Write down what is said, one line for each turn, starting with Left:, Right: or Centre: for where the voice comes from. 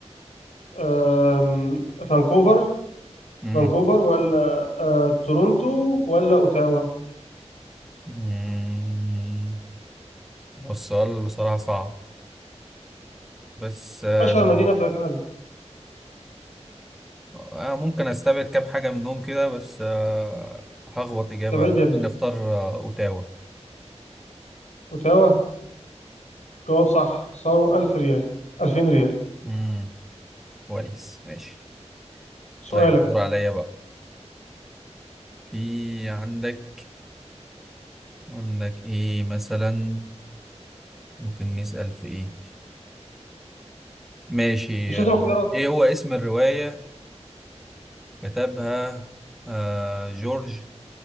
Left: آم، فانكوفر
Centre: مم.
Left: فانكوفر ولا آه، تورونتو ولا أوتاوا
Centre: مم. هو السؤال بصراحة صعب بس آه،
Left: أشهر مدينة في كندا
Centre: أنا ممكن أستبعد كام حاجة منهم كده بس آه، هخبط إجابة
Left: استبعد
Centre: ممكن
Left: يا باشا
Centre: نختار آه، أوتاوا
Left: أوتاوا جواب صح صاروا 1000 ريال 2000 ريال
Centre: امم كويس ماشي
Left: سؤالك
Centre: طيب الدور عليا بقى في عندك عندك إيه مثلا ممكن نسأل في إيه ماشي
Left: مش لازم
Centre: آه،
Left: اختيارات
Centre: إيه هو اسم الرواية كتبها آه، جورج